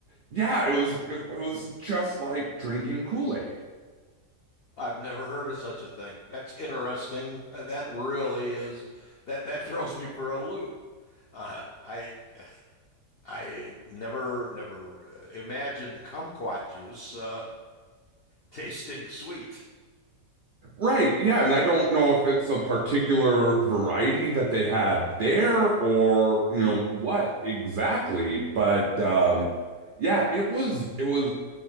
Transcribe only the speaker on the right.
yeah, it was it was just like drinking Kool-Aid.
Right. Yeah, and I don't know if it's a particular variety that they had there or, you know, what exactly, but um yeah, it was it was